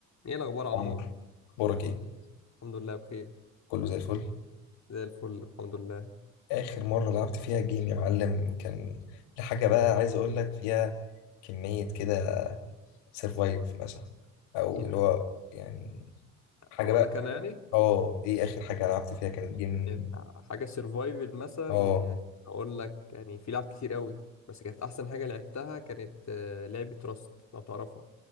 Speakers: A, on the left; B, on the left.
A: ايه الاخبار يا عمور
B: عمرو اخبارك ايه
A: الحمد لله بخير
B: كله زي الفل
A: زي الفل الحمد لله
B: اخر مره لعبت فيها جيم يا معلم كان لحاجه بقى عايز اقول لك فيها كميه كده سرفايف مثلا او
A: ايه ده
B: اللي هو يعني حاجه
A: اقول
B: بقى
A: لك انا يعني
B: اه ايه اخر حاجه لعبت فيها كانت جيم
A: انت حاجه سرفايفل مثلا
B: اه
A: يعني اقول لك يعني في لعب كتير قوي بس كانت احسن حاجه لعبتها كانت آه، لعبه راست لو تعرفها